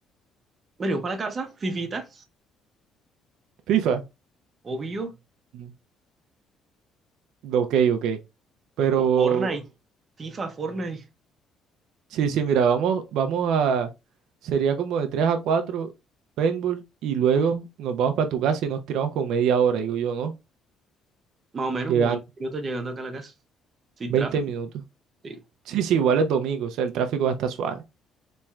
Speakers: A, on the right (about 30°); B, on the right (about 70°).
A: Venimos para la casa, Fifita,
B: FIFA.
A: obvio,
B: Mm. Ok, ok. Pero,
A: o Fortnite, FIFA, Fortnite.
B: sí, sí, mira, vamos, vamos a... Sería como de 3 a 4 paintball y luego nos vamos para tu casa y nos tiramos con media hora, digo yo, ¿no?
A: Más o menos
B: Llegando,
A: como 20 minutos llegando acá a la casa. Sin
B: 20
A: tráfico,
B: minutos.
A: sí.
B: Sí, sí, igual es domingo, o sea, el tráfico va a estar suave.